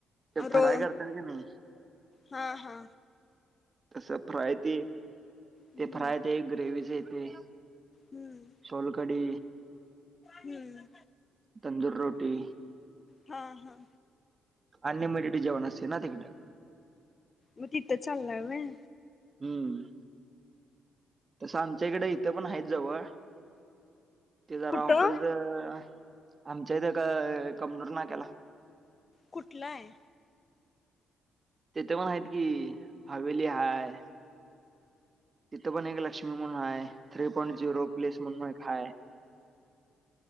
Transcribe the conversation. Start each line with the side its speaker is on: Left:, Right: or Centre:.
Right: ते फराय
Left: रो
Right: करत्यात कनी,
Left: हा हा.
Right: तसं फ्राय ते
Left: हम्म
Right: ते फ्राय ते ग्रेवीच येतय.
Left: हम्म
Right: सोलकढी,
Left: हम्म
Right: तंदूर रोटी.
Left: हा हा.
Right: अनलिमिटेड जेवण असतय ना तिकडं.
Left: मग तिथं चालाय व्हय?
Right: हम्म. तसं आमच्या इकड इथं पण हायत जवळ. ते जरा
Left: कुठं
Right: हॉटेलच आमच्या इथ कबनूर नाक्याला,
Left: कुठलाय?
Right: तिथं पण आहेत कि, हवेली हाय. तिथं पण एक लक्ष्मी म्हणून हाय. थ्री पॉईंट झिरो प्लेस म्हणून एक हाय.